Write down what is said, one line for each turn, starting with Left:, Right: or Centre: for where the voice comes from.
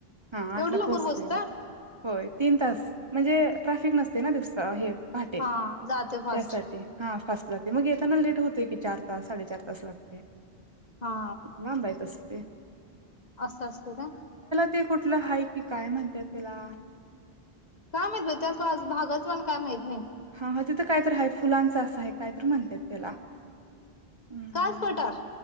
Right: हा आठला
Left: एवढं लवकर
Right: पोहोचते
Left: पोहोचता
Right: होय तीन तास म्हणजे ट्राफिक नसते. ते ना दिवसा आहे. पाटेल
Left: हा जाते फास्ट
Right: त्यासाठी हा फस्ट. लागते मग येताना लेट होतोय की चार तास साडेचार तास लागते.
Left: हा
Right: ना बाई तस <unintelligible>
Left: असं असस्त का.
Right: ते कुठलं आहे कि काय म्हणतात त्याला
Left: काय माहित त्या भागच मला काय माह
Right: हा ह तिथं काय तर आहे फुलांच असं आहे. काय तर म्हणतेात त्याला हम्म
Left: काच पटार